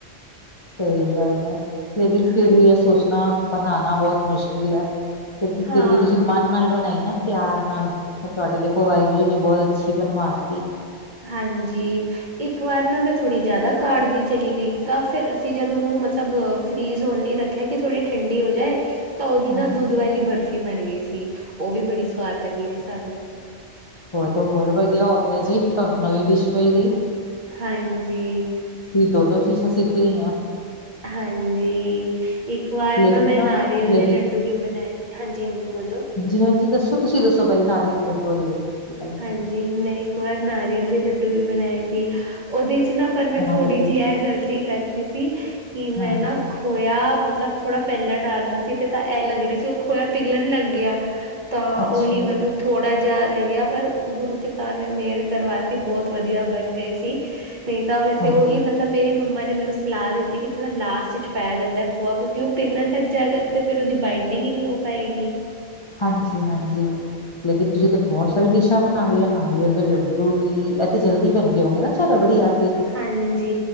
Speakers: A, on the left; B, on the right.
A: ਸਈ ਗੱਲ ਏ ਲੇਕਿਨ ਫਿਰ
B: ਹਾਂਜੀ
A: ਵੀ ਇਹ ਸੋਚਣਾ ਬਣਾਣਾ ਬੋਹਤ ਮੁਸ਼ਕਿਲ ਏ। ਤੇ
B: ਹਾਂ
A: ਫਿਰ ਵੀ ਤੁਸੀਂ ਮਨ ਨਾਲ ਬਨਾਂਈ ਨਾ ਪਿਆਰ ਨਾਲ ਫੇ ਤੁਆਡੀ ਦੇਖੋ ਵਾਹਿਗੁਰੂ ਜੀ ਨੇ ਬੋਹਤ ਅੱਛੀ ਬਣਵਾਤੀ।
B: ਹਾਂਜੀ, ਇੱਕ ਵਾਰ ਨਾ ਮੈਂ ਥੋੜ੍ਹੀ ਜਾਦਾ ਕਾੜਦੀ ਚਲੀ ਗਈ। ਤਾਂ ਫਿਰ ਅਸੀਂ ਜਦ ਉਹਨੂੰ ਮਤਲਬ ਫਰੀਜ਼ ਹੋਣ ਲਈ ਰੱਖਿਆ ਕਿ ਥੋੜ੍ਹੀ ਠੰਡੀ ਹੋ ਜਾਏ ਤਾਂ ਓਦੀ
A: ਹਾਂਜੀ
B: ਨਾ ਦੁੱਦ ਵਾਲੀ ਬਰਫ਼ੀ ਬਣ ਗਈ ਸੀ ਓਹ ਵੀ ਬੜੀ ਸਵਾਦ ਲੱਗੀ ਸੀ ਸਾਨੂੰ।
A: ਹੋ ਤਾਂ ਹੋਰ ਵਧੀਆ ਹੋ ਗਿਆ ਜੀ ਤਾਨੂੰ ਨਵੀਂ ਡਿਸ਼ ਮਿਲ ਗਈ।
B: ਹਾਂਜੀ।
A: ਤੁਸੀਂ ਦੋ ਦੋ ਚੀਸਾ ਸਿੱਖ ਲਈਆਂ।
B: ਹਾਂਜੀ, ਇੱਕ ਵਾਰ
A: ਲੇਕਿਨ
B: ਨਾ ਮੈਂ ਨਾਰੀਅਲ
A: ਲੇਕਿਨ
B: ਦੇ ਲੱਡ ਡੁ ਵੀ ਬਨਾਏ ਸੀ, ਹਾਂਜੀ-ਹਾਂਜੀ ਬੋਲੋ
A: ਹਾਂਜੀ-ਹਾਂਜੀ ਦੱਸੋ ਤੁਸੀਂ ਦੱਸੋ ਪਹਿਲੇ ਨਾਰੀਲ ਦੇ ਲੱਡੂ ਵਾਲੇ ਦੱਸੋ ਤੁਸੀਂ ਪਹਿਲੇ
B: ਹਾਂਜੀ, ਮੈਂ ਇੱਕ ਵਾਰ ਨਾਰੀਅਲ ਦੇ ਲੱਡੂ ਵੀ ਬਣਾਏ ਸੀ ਓਦੇ 'ਚ ਨਾ ਪਰ ਮੈਂ
A: ਨਾਰੀਅਲ
B: ਥੋੜ੍ਹੀ
A: ਦੇ ਲੱਡੂ
B: ਜਿ ਏ ਗ਼ਲਤੀ ਕਰਤੀ ਸੀ ਕਿ ਮੈਂ
A: ਹਾਂਜੀ
B: ਨਾਂ ਖੋਯਾ ਮਤਲਬ ਥੋੜਾ ਪੈਲਾਂ ਡਾਲਦਾ ਸੀ, ਤੇ ਤਾਂ ਇਹ ਲੱਗ ਰਿਆ ਸੀ ਖੋਯਾ ਪਿਗਲਣ ਲੱਗਿਆ ਤਾਂ
A: ਅੱਛਾ
B: ਓਹੀ ਮੈਨੂੰ ਥੋੜਾ ਜਿਆ ਲੱਗਿਆ ਪਰ ਗੁਰੂਪਿਤਾ ਨੇ ਮੇਰ ਕਰਵਾਤੀ, ਬੋਹਤ ਵਧੀਆ ਬਣ ਗਏ ਸੀ ਨੀਂ ਤਾਂ ਵੈਸੇ
A: ਹਾਂਜੀ
B: ਓਹੀ ਮਤਲਬ ਮੇਰੀ ਮੰਮਾ ਨੇ ਮੈਨੂੰ ਸਲਾਹ ਦਿੱਤੀ ਕਿ ਥੋੜ੍ਹਾ ਲਾਸਟ 'ਚ ਪਾਯਾ ਜਾਂਦਾ ਖੋਆ, ਕਿਉਂਕਿ ਓਹ ਪਪਿਗਲਣ ਲੱਗ ਜਾਏਗਾ ਤੇ ਫੇਰ ਓਦੀ ਬਾਈੰਡਿੰਗ ਹੀ ਨੀਂ ਹੋਵੇ ਪਏਗੀ।
A: ਹਾਂਜੀ-ਹਾਂਜੀ, ਲੇਕਿਨ ਤੁਸੀਂ ਤਾਂ ਬਹੁਤ ਸਾਰੀ ਡਿਸ਼ਾਂ ਬਣਾ ਲਈਆਂ ਨਾਰੀਅਲ ਦੇ ਲਡੂ ਡੂ ਵੀ ਏਹ ਤੇ ਜਲਦੀ ਬਨਦੇ ਗਏ ਹੋਨੇ ਨਾ ਚ ਰਬੜੀ ਆ
B: ਹਨਜੀ।